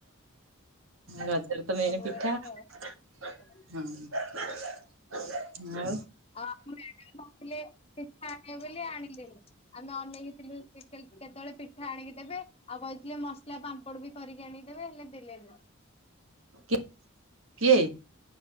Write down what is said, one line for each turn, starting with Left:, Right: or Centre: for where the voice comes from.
Right: ରଜରେ ତ ମେନ୍
Left: ସବୁ
Right: ପିଠା।
Left: କରିଥିଲା
Right: ଆଉ।
Left: ଆଉ ଆଁ ମ୍ୟାଡାମ କହୁଥିଲେ ପିଠା ଆଣିବେ ବୋଲି ଆଣିଲେନି। ଆମେ ଅନେଇକିଥିଲୁ ସେ କେ କେତେବେଳେ ପିଠା ଆଣିକି ଦେବେ ଆଉ କହିଥିଲେ ମସଲା ପାମ୍ପଡ ବି କରିକି ଆଣିଦେବେ ହେଲେ ଦେଲେନି।
Right: କି କିଏ?